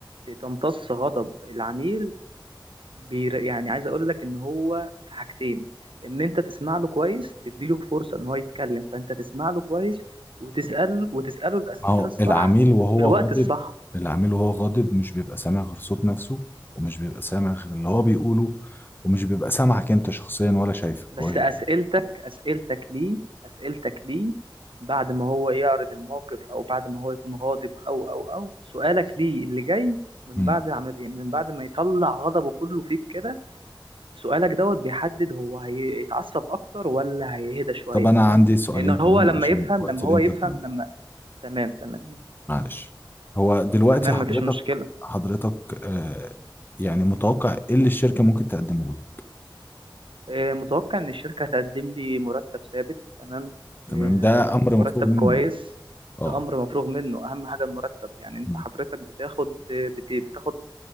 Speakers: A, on the right; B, on the left.
A: تمتص غضب العميل بير... يعني عايز اقول لك ان هو في حاجتين ان انت تسمع له كويس تديله فرصة ان هو يتكلم فانت تسمع له كويس وتسأل وتسأله الأسئلة
B: ما هو
A: الصح
B: العميل وهو
A: في الوقت
B: غاضب
A: الصح
B: العميل وهو غاضب مش بيبقى سامع غير صوت نفسه ومش بيبقى سامع غير اللي هو بيقوله ومش بيبقى سامعك انت شخصيا ولا شايفك
A: بس
B: هو جا-
A: أسئلتك أسئلتك ليه أسئلتك ليه بعد ما هو يعرض الموقف او بعد ما هو يكون غاضب او او او سؤالك ليه اللي جاي من
B: مم.
A: بعد عمل يعني من بعد ما يطلع غضبه كله فيك كده سؤالك دوت بيحدد هو هيتعصب اكتر ولا هيهدى شويه
B: طب انا
A: فاهم
B: عندي سؤالين
A: لان هو
B: كمان
A: لما
B: عشان
A: يفهم
B: وقت
A: لما
B: الانترفيو
A: هو يفهم لما تمام تمام
B: معلش هو دلوقتي
A: تمام
B: حضرتك
A: مفيش مشكله
B: حضرتك آه يعني متوقع ايه اللي الشركة ممكن تقدمه له
A: آه، متوقع ان الشركه هتقدم لي مرتب ثابت تمام
B: تمام
A: آه،
B: ده امر مفروغ
A: مرتب
B: منه
A: كويس
B: اه
A: ده امر مفروغ منه اهم حاجه المرتب يعني انت
B: مم.
A: حضرتك بتاخد بت- بتاخد